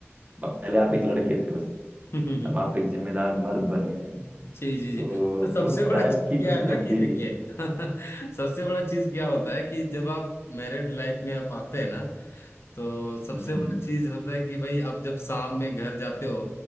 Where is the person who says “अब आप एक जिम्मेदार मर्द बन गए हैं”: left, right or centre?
Right